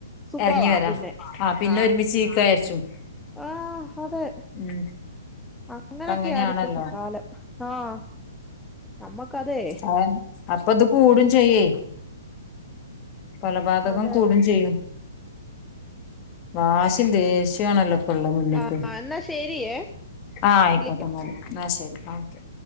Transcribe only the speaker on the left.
എറങ്ങി വരാ
ആ
<unintelligible>
ഉം
ഇപ്പ അങ്ങനെയാണല്ലോ
അതന്നെ അപ്പൊ അത് കൂടും ചെയ്യേ കൊലപാതകം
കൂടുകയും ചെയ്യും വാശിയും ദേഷ്യമാണല്ലോ പിള്ളേര് വന്ന്ക്ക്
ആഹ് ആയിക്കോട്ടെ
എന്നാൽ എന്ന ശരി ഓക്കെ.